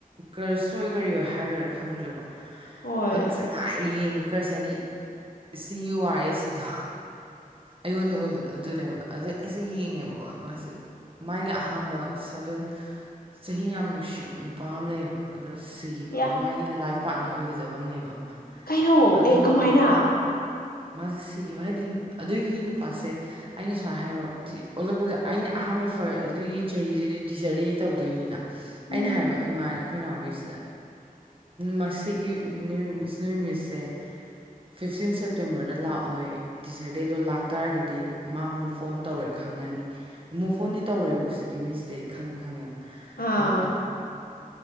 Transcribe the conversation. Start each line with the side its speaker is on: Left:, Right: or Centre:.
Right: ꯀꯁꯨ ꯑꯣꯏ ꯀꯔꯤ ꯑꯣꯏ ꯍꯥꯏꯒꯦꯔꯥ ꯈꯪꯗ꯭ꯔꯦꯕ
Left: ꯍꯣꯏ
Right: ꯑꯗꯨ ꯃꯁꯦ ꯉꯥꯏ ꯌꯦꯡꯉꯦ ꯈꯔꯁ ꯍꯥꯏꯗꯤ ꯁꯤ ꯌꯨ ꯑꯥꯔ ꯑꯦ ꯁꯤꯗꯣ ꯑꯩꯉꯣꯟꯗ ꯑꯣꯏꯕꯗꯣ ꯑꯗꯨꯅꯦꯕ ꯑꯗ ꯑꯩꯁꯦ ꯌꯦꯡꯉꯦꯕꯀꯣ ꯃꯥꯁꯦ ꯃꯥꯒꯤ ꯑꯍꯥꯟꯕ ꯁꯚꯦꯟ ꯆꯍꯤ ꯌꯥꯝ ꯅꯨꯡꯁꯤꯠ ꯑꯃ ꯅꯨꯄꯥ ꯑꯃ ꯂꯩꯌꯦꯕ ꯑꯗꯣ ꯁꯤꯈꯤꯕ
Left: ꯌꯥ
Right: ꯑꯃ ꯃꯥꯒꯤ ꯂꯥꯏꯐ ꯄꯥꯔꯠꯅꯔ ꯑꯣꯏꯒꯗꯕ ꯑꯃ ꯂꯩꯕ ꯑꯃ
Left: ꯀꯩꯅꯣ
Right: ꯑꯗꯨꯒꯤ
Left: ꯑꯦ
Right: ꯃꯇꯨꯡ
Left: ꯀꯃꯥꯏꯅ
Right: ꯃꯥꯁꯦ ꯁꯤꯈꯤꯕ ꯍꯥꯏꯗꯤ ꯑꯗꯨꯒꯤ ꯅꯨꯄꯥꯁꯦ ꯑꯩꯅ ꯁꯨꯃꯥꯏ ꯍꯥꯏꯌꯦꯕ ꯑꯣꯜꯂꯛꯄꯗ ꯑꯩꯅ ꯑꯍꯥꯟꯕ ꯐ ꯑꯗꯨꯗꯒꯤ ꯆꯍꯤꯁꯤꯗꯤ ꯇꯤꯆꯔꯗꯤꯗꯤ ꯇꯧꯗꯣꯏꯅꯤꯗ
Left: ꯎꯝ
Right: ꯑꯩꯅ ꯍꯥꯏꯕ ꯏꯃꯥ ꯑꯩꯈꯣꯏ ꯏ ꯅꯥꯎꯃꯤꯁꯤꯗ ꯃꯁꯤꯒꯤ ꯅꯨ꯭ꯌꯃꯤꯁꯁꯦ ꯐꯤꯐꯇꯤꯟ ꯁꯦꯞꯇꯦꯝꯕꯔꯗ ꯂꯥꯛꯑꯣꯏ ꯇꯤꯆꯔ ꯗꯦꯗꯣ ꯂꯥꯛꯇꯥꯔꯒꯗꯤ ꯃꯥ ꯑꯃꯨꯛ ꯐꯣꯟ ꯇꯧꯔꯦ ꯈꯪꯉꯅꯤ ꯃꯣꯏꯛ ꯐꯣꯟꯗꯤ ꯇꯧꯔꯦꯕ ꯍꯧꯖꯤꯛꯀꯤ ꯃꯤꯁꯤꯗꯤ ꯑꯩ ꯈꯪꯅ ꯈꯪꯉꯦꯕ
Left: ꯑꯥ
Right: ꯑꯗꯨ ꯌꯥꯝ